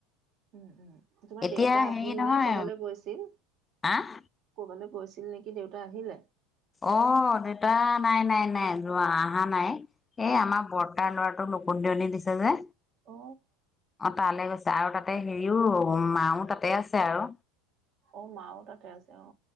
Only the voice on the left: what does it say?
এতিয়া
হেৰি নহয়
আহ
অ, দেউতা নাই নাই নাই, যোৱা আহা নাই। এ,
আমাৰ বৰ্তাৰ ল'ৰা নকুন দিয়নি দিছে যে।
অ, তালে গৈ আৰু তাতে হেৰিও মাও তাতে আছে আৰু।